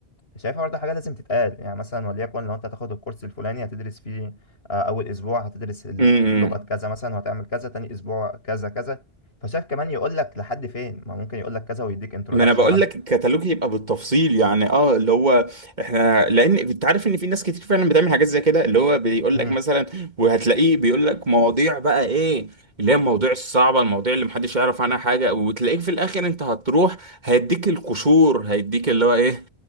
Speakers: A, on the left; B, on the right.
A: شايفها برضو حاجة لازم تتقال يعني مثلا وليكن لو انت هتاخد الكورس الفلاني هتدرس فيه آه، اول اسبوع هتدرس اللغة
B: امم
A: كذا مثلا وهتعمل كذا تاني اسبوع كذا كذا فشايف كمان يقول لك لحد فين ما ممكن يقول لك كذا ويديك انترودكشن
B: ما انا بقول
A: عنه
B: لك الكتالوج يبقى بالتفصيل يعني اه اللي هو احنا لان انت عارف ان في ناس كتير فعلا بتعمل حاجات زي كده اللي هو بيقول
A: مم،
B: لك مثلا وهتلاقيه بيقول لك مواضيع بقى ايه اللي هي المواضيع الصعبه المواضيع اللي محدش يعرف عنها حاجه وتلاقيك في الاخر انت هتروح هيديك القشور هيديك اللي هو ايه